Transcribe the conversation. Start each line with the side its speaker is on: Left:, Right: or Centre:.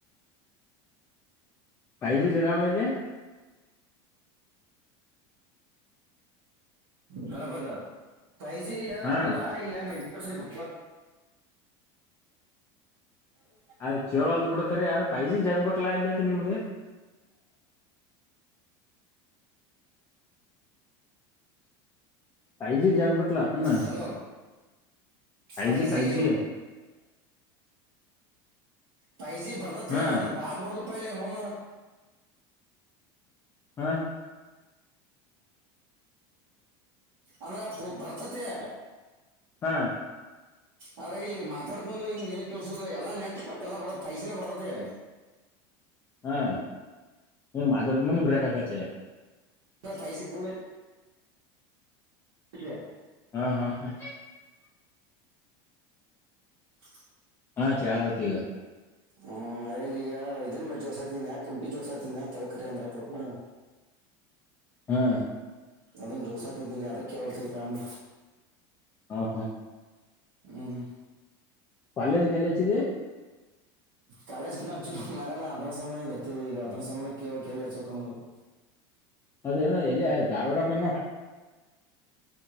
Left: ಪಜೆ ಜಗಾವಲೆ <inaudible>
Right: ಹಲಬದ ಪೈಜೆ ಯ
Left: ಹಾ
Right: ಬೋಲ ಆಯಲ್ಲ ನ ಸನೆ ಬಕ್ಷ್ಯ ಹ
Left: ಅದ ಕೇಳ ವಾಲ್ಡ್ಬಿಡು ಖರೆ ಯಾರ ಪಾಯಜಿ ಜಗಬೇಕಕ್ಲ ಇಲ್ಲ ಅಂತ ನಿಮ್ಗೆ ಪಾಯಜೆ ಜಗ ಬಕಲತ್ ನ
Right: ಹಲೋ
Left: ಪಜಿ
Right: ಫೈ ಜಿ
Left: ಪಜಿ
Right: ಪೈಸಿ ಬರ್ದತಿ
Left: ಹಾ
Right: ಆದ್ರ ಬಾಳ್ ಬರ್ ಪಲೆನು ಹನ
Left: ಹಾ
Right: ಅಂದ್ರೆ ಬರ್ತತಿ
Left: ಹಾ
Right: ಆದ್ರ ಇಲ್ಲಿ ಮಾತಾಡ್ಕೊಂಡು ಎಲ್ಲಾ ನೆಟ್ ಪಟ್ಟಿ. ಎಲ್ಲಾ ಪೈಜಿನ್ ಬರ್ತಿತ್ತೆ
Left: ಹಾ ಮಾತಾಡ್ ಕೋಡ್ ಇನ್ನೆಂದೂ ಬ್ರೇಕ್ ಆಕತ್ತೇ
Right: ಫೈಸಿ ಪುಲ್ ಬ
Left: ಹಾ ಹಾ ಹಾ
Right: ಹ
Left: ಹಾ ಚಹಾದ್ ಒಂತಿಗೆ
Right: ಹ್ಮ್ ಮೇಲಿ ಈಗ ಇದನ್ ಮ ಜೋರ್ಸ್ ಆಕ್ತಿನಯ ಕುಂಟಿ ಜೋರ್ಸ ಆಗ್ತಿನಿ ತಳಕರಿ ಅಂದ್ರ ಪಕ್ರರ.
Left: ಹಾ
Right: ಅದನ್ ಜೋಡ್ಸ ಆಗ್ತಿದ್ ನಿನ್ ಅದಕ್ಕೆವಲ್ಸತ ಅಂಬ
Left: ಹಾ ಹಾ
Right: ಹ್ಮ್
Left: ಕಾಲೇಜ್ ಎಲ್ಲಿ ಅಂಚಿದ್ದಿ.
Right: ಕಾಲೇಜ್ ಕ ಮಾರನ ಅದರ ಸಮಯ ಅದರ ಸಂಬಂಧ ಎಲ್ಲಿ ಹಚ್ಚ ಬೇಕು ಕೇಳಬೇಕು.
Left: <unintelligible> ಅರ್ಥ ಆಗಲಿಲ್ಲ